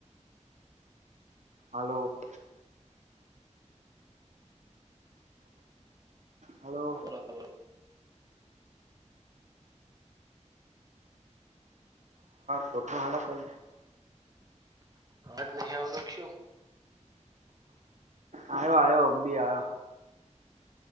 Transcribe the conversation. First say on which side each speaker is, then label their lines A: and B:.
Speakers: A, on the right (about 70°); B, on the right (about 30°).
A: હાલો. હલો
B: બ <unintelligible>
A: ગઠ હાળ ક <unintelligible>
B: હાજ નહ આવ તો શું?
A: આવ્યો આવ્યો બી આવ્યો.